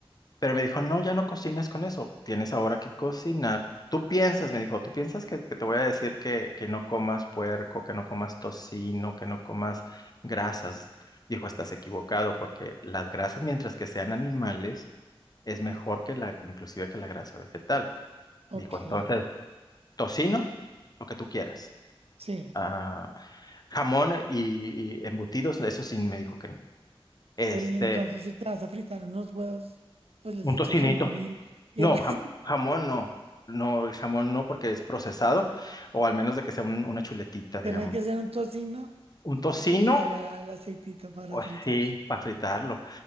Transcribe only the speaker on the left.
Pero me dijo, no, ya no cocinas con eso, tienes ahora que cocinar. Tú piensas, me dijo, tú piensas que, que te voy a decir que, que no comas puerco, que no comas tocino, que no comas grasas. Dijo, estás equivocado porque las grasas, mientras que sean animales, es mejor que la, inclusive que la grasa vegetal.
Dijo, entonces, tocino, lo que tú quieras.
Ah, jamón y, y embutidos, eso sí me dijo que no. Este,
un
tocinito.
No,
jam- jamón no. No, el jamón no porque es procesado, o al menos de que sea un- una chuletita, digamos.
Un tocino,
o
sí, para fritarlo.